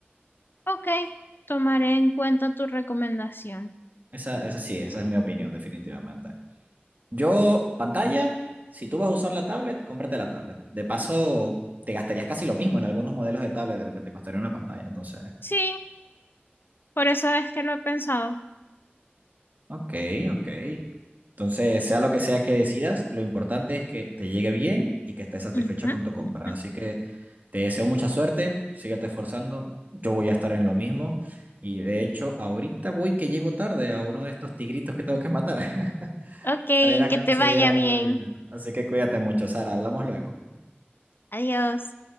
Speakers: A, on the left; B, on the right.
A: Ok, tomaré en cuenta tu recomendación.
B: Esa, esa sí, esa es mi opinión, definitivamente. Yo, pantalla, si tú vas a usar la tablet, cómprate la tablet. De paso, te gastarías casi lo mismo en algunos modelos de tablet de lo que te costaría una pantalla. Entonces,
A: Sí, Por eso es que lo he pensado.
B: ok, ok. Entonces, sea lo que sea que decidas, lo importante es que te llegue bien y que estés satisfecha
A: Ujú,
B: con tu compra.
A: ujú.
B: Así que te deseo mucha suerte, síguete esforzando, yo voy a estar en lo mismo. Y de hecho, ahorita voy que llego tarde a uno de estos tigritos que tengo que matar <laughs>
A: Ok,
B: para ir a conseguir
A: que te vaya
B: algo
A: bien.
B: de dinero. Así que cuídate mucho, Sara, hablamos luego.
A: Adiós.